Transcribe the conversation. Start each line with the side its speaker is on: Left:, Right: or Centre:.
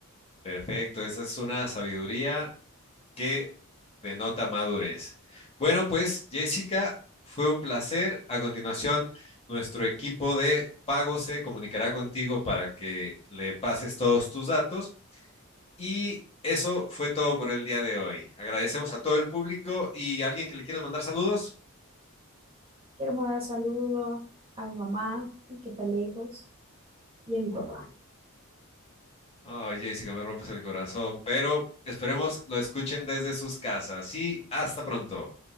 Left: Perfecto, esa es una sabiduría que denota madurez. Bueno, pues Jessica, fue un placer. A continuación, nuestro equipo de pago se comunicará contigo para que le pases todos tus datos. Y eso fue todo por el día de hoy. Agradecemos a todo el público y alguien que le quieras mandar saludos.
Right: Quiero mandar saludos a mi mamá, que está lejos, y a mi papá.
Left: Mm. Ay, Jessica, me rompes el corazón, pero esperemos lo escuchen desde sus casas y hasta pronto.